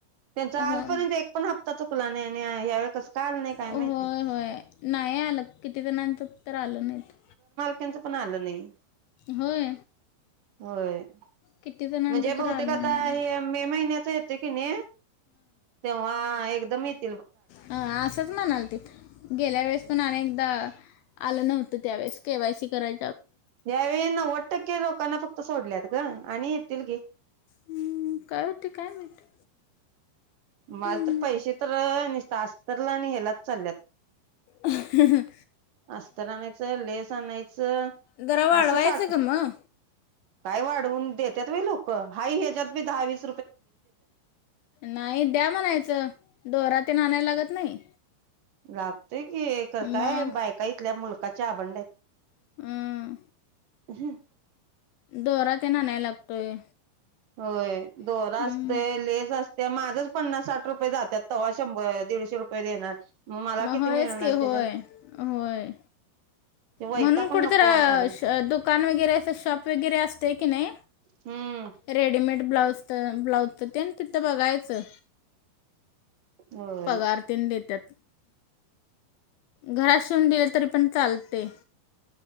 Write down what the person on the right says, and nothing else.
त्यांच आजपर्यंत
एक पण हप्ता चु- चुकला नाही आणि ह्यावेळी कसं काय आलं नाही काय
माहिती.
त्याचं पण आलं नाही
होय
म्हणजे बहुतेक
आता
हे मे महिन्याच येतंय की नाही तेव्हा एक <inaudible>
यावेळी नव्वद टक्के लोकांना फक्त सोडल्यात ग आणि येतील घे
मला
तर पैसे तर निस्ता अस्तरला आणि हेलाच चालल्यात
अस्तर आणायचं लेस आणाय- च
असं साठ-
काय वाढवून देत्यात होय लोक हाय ह्याच्यात बी दहावीस
लाग- तय की खरं काय
बायका इथल्या मुल- कच्च्या अबंड हायत
हम्म
होय दोरा
असतंय लेस अस ते माझंच पन्नास साठ रुपये जात्यात तेव्हा शंभर दीडशे रुपये देणार मला
किती
मिळणार
त्याच्यात
ते वैतागून
नको
वाटालय
हम्म
होय